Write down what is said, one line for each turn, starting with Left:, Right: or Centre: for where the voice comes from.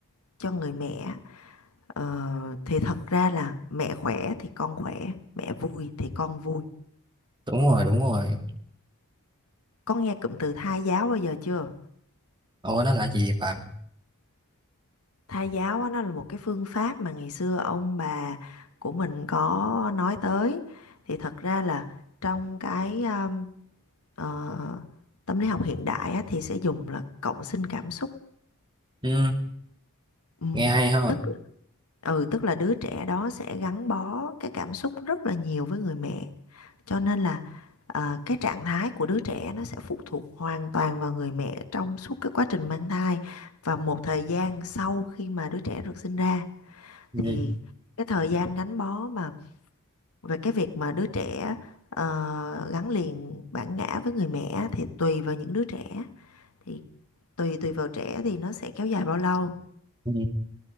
Left: cho người mẹ ờ, thì thật ra là mẹ khỏe thì con khỏe mẹ vui thì con vui
Right: đúng rồi đúng rồi
Left: có nghe cụm từ thai giáo bao giờ chưa
Right: ồ nó là gì bạn
Left: thai giáo á, nó là một cái phương pháp mà ngày xưa ông bà của mình có nói tới thì thật ra là trong cái um, ờ, tâm lý học hiện đại á, thì sẽ dùng là cộng sinh cảm xúc
Right: ừ
Left: ừ.
Right: nghe hay ha
Left: tức ừ tức là đứa trẻ đó sẽ gắn bó cái cảm xúc rất là nhiều với người mẹ cho nên là ờ, cái trạng thái của đứa trẻ nó sẽ phụ thuộc hoàn toàn vào người mẹ trong suốt cái quá trình mang thai và một thời gian sau khi mà đứa trẻ được sinh ra
Right: ừ,
Left: thì cái thời gian gắn bó mà về cái việc mà đứa trẻ ờ, gắn liền bản ngã với người mẹ á, thì tùy vào những đứa trẻ thì tùy tùy vào trẻ thì nó sẽ kéo dài bao lâu
Right: ừ,